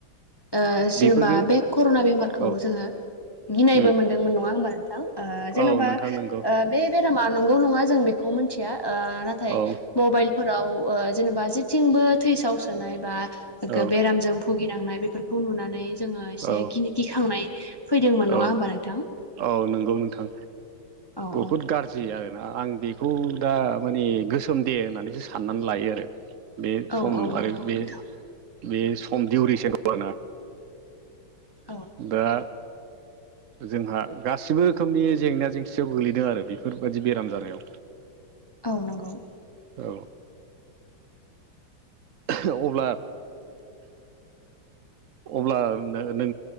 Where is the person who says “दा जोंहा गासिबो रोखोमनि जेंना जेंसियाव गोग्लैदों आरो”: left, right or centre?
Right